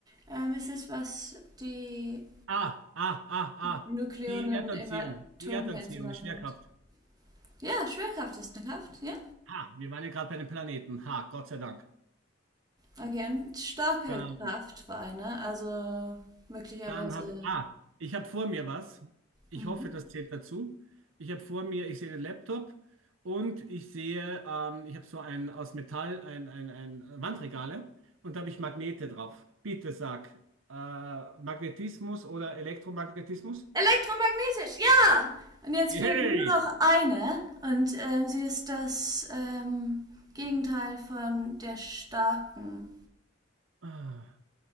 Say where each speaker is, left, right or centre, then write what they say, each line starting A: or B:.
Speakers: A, on the right; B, on the right.
A: Ähm, es ist, was die
B: Ah, ah, ah, ah.
A: Nukleonen
B: Die Erdanziehung,
A: im Atomkern
B: die Erdanziehung,
A: zusammenhält.
B: die Schwerkraft.
A: Ja, Schwerkraft ist eine Kraft, ja.
B: Ha, wir waren ja gerade bei den Planeten. Ha, Gott sei Dank.
A: Okay, und starke
B: Dann,
A: Kraftvereine, also möglicherweise.
B: dann habe ich, ah, ich habe vor mir was. Ich
A: Mhm.
B: hoffe, das zählt dazu. Ich habe vor mir, ich sehe den Laptop und ich sehe, ähm, ich habe so ein aus Metall, ein, ein, ein Wandregale und da habe ich Magnete drauf. Bitte sag, äh, Magnetismus oder Elektromagnetismus?
A: Elektromagnetisch, ja! Und jetzt
B: Hey!
A: fehlt nur noch eine und ähm, sie ist das ähm, Gegenteil von der starken.
B: Ah,